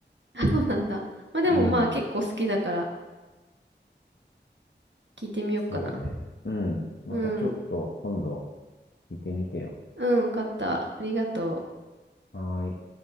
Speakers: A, on the right; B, on the left.
A: そうなんだ。まあでもまあ結構好きだから、
B: うーん。
A: 聞いてみようかな。
B: そうだね。うん。またちょっと、
A: うん。
B: 今度、聞いてみてよ。
A: うん、勝った。ありがとう。
B: はーい。